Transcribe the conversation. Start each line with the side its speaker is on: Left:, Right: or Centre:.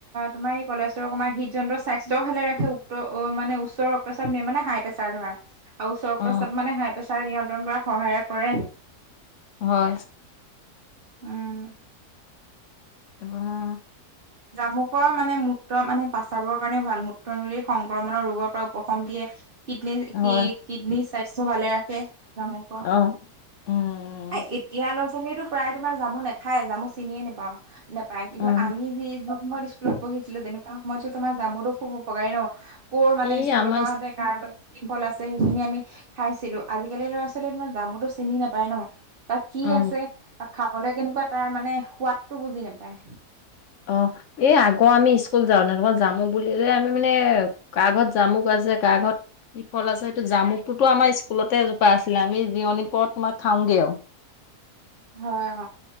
Right: তোমাৰ, এই কলেষ্টৰ তোমাৰ হৃদ যন্ত্ৰ স্বাস্থ্য। ভালে ৰাখে উক্ত মানে উচ্চ ৰক্তচাপ নিয়ে মানে হাই প্ৰেচাৰ ধৰা আৰু উচ্চ ৰক্তচাপ
Left: অ
Right: মানে হাই। প্ৰেছাৰ নিয়ন্ত্ৰণ কৰাত সহায় কৰে।
Left: হয়।
Right: উম।
Left: অঁ।
Right: জামভুকৰ মানে ম। মূত্ৰ মানে পচাবৰ কাৰণেও ভাল মূত্ৰ নলীৰ সংক্ৰমণৰ ৰোগৰ পৰা উপশম দিয়ে। কিডনী
Left: হয়
Right: কি, কিডনীৰ স্বাস্থ্য ভালে ৰাখে জামুক।
Left: অ উম
Right: এতিয়া ল'ৰা ছোৱালীয়েতো প্ৰায় তোমাৰ জামু নেখায় জামু চিনিয়ে নোপাও নাপায় কিন্তু
Left: উম
Right: আমি যি। ত স্কুলত পঢ়িছিলো তেনেকুৱা সময়তো তোমাৰ যামতো খুব উপকাৰী ন কৰ' মানে
Left: এই
Right: স্কুলৰ
Left: আমাৰ
Right: পৰা আহোঁতে। তাৰপিছত কি ফল আছে সেইখিনি আমি। খাইছিলো আজিকালিৰ লৰা ছোৱালী তোমাৰ জামুতটো চিনি নাপায় ন। তাত কি
Left: অ
Right: আছে তাক খাবলে কেনেকুৱা তাৰ মানে সোৱাদটো বুজি নাপায়।
Left: অঁ, এই আগৰ আমি স্কুল যাওঁ ন তোমাৰ যামো বুলিলে আমি মানে। কাৰ ঘৰত জামু গছ আছে কা ঘৰত। কি ফল আছে সইটো জামুকটোতো আমাৰ স্কুলতে এজোপা আছিলে আমি জিৰণি পৰত তোমাৰ খাওঁগে আৰু।
Right: হয় অ।